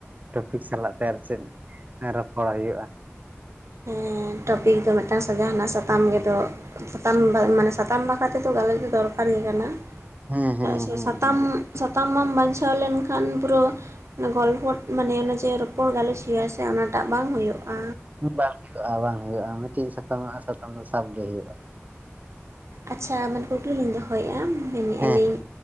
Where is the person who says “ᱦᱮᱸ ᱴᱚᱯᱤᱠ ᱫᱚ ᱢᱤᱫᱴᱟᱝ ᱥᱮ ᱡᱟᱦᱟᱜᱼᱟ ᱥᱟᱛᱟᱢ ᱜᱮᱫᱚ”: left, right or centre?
Right